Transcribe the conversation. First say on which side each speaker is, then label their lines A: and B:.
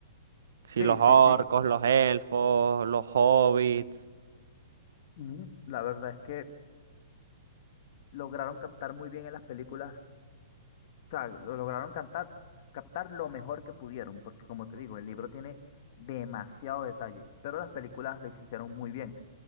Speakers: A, on the right (about 75°); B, on the left (about 50°).
A: Sí,
B: Sí,
A: los
B: sí,
A: orcos,
B: sí.
A: los elfos, los hobbits.
B: Ujú, La verdad es que lograron captar muy bien en las películas, o sea, lo lograron cantar, captar lo mejor que pudieron, porque como te digo, el libro tiene demasiado detalle, pero las películas le hicieron muy bien.